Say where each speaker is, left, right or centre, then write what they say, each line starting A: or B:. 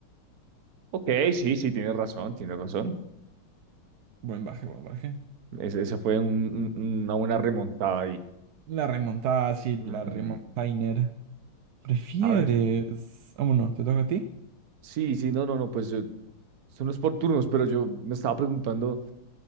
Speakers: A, on the right (about 55°); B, on the right (about 70°).
A: Ok, sí, sí, tienes razón, tienes razón.
B: Buen baje, buen baje.
A: Ese- Esa fue un- un- una buena remontada ahí.
B: La remontada, sí,
A: Mm,
B: la remontainer. ¿Prefieres?
A: a ver,
B: Vámonos, ¿te toca a ti?
A: sí, sí, no, no, no, pues eh, son los por turnos, pero yo me estaba preguntando.